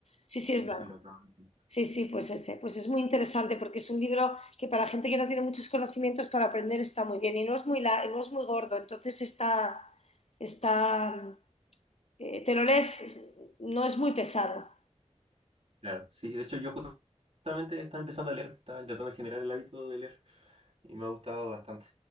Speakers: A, on the left (about 65°); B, on the right (about 55°).
A: Sí, sí,
B: sí,
A: es blanco.
B: sí, lo acabo de encontrar.
A: Sí, sí, pues ese. Pues es muy interesante porque es un libro que para gente que no tiene muchos conocimientos para aprender está muy bien y no es muy, la- no es muy gordo, entonces está, está, eh, te lo lees, no es muy pesado.
B: Claro, sí, de hecho yo justamente estaba empezando a leer, estaba intentando generar el hábito de leer y me ha gustado bastante.